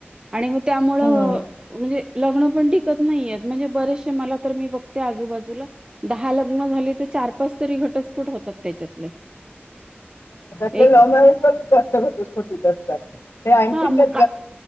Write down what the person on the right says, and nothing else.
आणि मग त्यामुळं
म्हणजे लग्न टिकत नाही आहेत म्हणजे बरेशे मला तर मी बघते आजूबाजूला दहा लग्न झाली तर चार पाच घटस्फोट होतात त्याच्यातले
एक
हा मग
काच